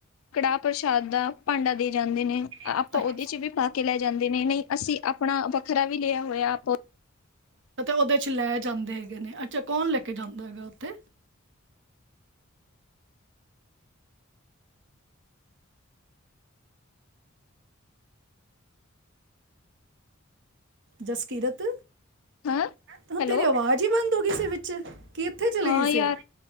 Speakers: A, on the left; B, on the right.
A: ਕੜਾਹ ਪ੍ਰਸ਼ਾਦ ਦਾ ਭਾਂਡਾ ਦੇ ਜਾਂਦੇ ਨੇ
B: ਅੱਛਾ
A: ਆਪਾਂ ਉਹਦੇ ਚ ਵੀ ਪਾ ਕੇ ਲੈ ਜਾਂਦੇ ਨੇ ਨਹੀਂ ਅਸੀਂ ਆਪਣਾ ਵੱਖਰਾ ਵੀ ਲਿਆ ਹੋਇਆ ਆਪ
B: ਉਹਦੇ 'ਚ ਲੈ ਜਾਂਦੇ ਹੈਗੇ ਨੇ ਅੱਛਾ ਕੌਣ ਲੈ ਕੇ ਜਾਂਦਾ ਹੈਗਾ ਉੱਥੇ ਜਸਕੀਰਤ
A: ਹਾਂ
B: ਤਾਂ
A: ਹੈਲੋ
B: ਤੇਰੀ ਆਵਾਜ਼ ਹੀ ਬੰਦ ਹੋ ਗਈ ਸੀ ਵਿੱਚ ਚ ਕੀ ਇੱਥੇ ਚਲੀ
A: ਹਾਂ
B: ਗਈ ਸੀ
A: ਯਾਰ